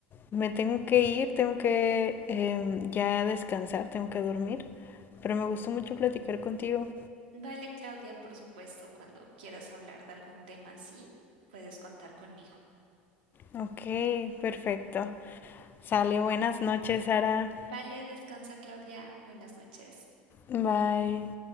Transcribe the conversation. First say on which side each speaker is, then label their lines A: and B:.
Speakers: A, on the left; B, on the right.
A: me tengo que ir, tengo que em, ya descansar, tengo que dormir, pero me gustó mucho platicar contigo.
B: Vale, Claudia, por supuesto, cuando quieras hablar de algún tema así, puedes contar conmigo.
A: Ok, perfecto. Sale, buenas noches, Sara.
B: Vale, descansa, Claudia. Buenas noches.
A: Bye.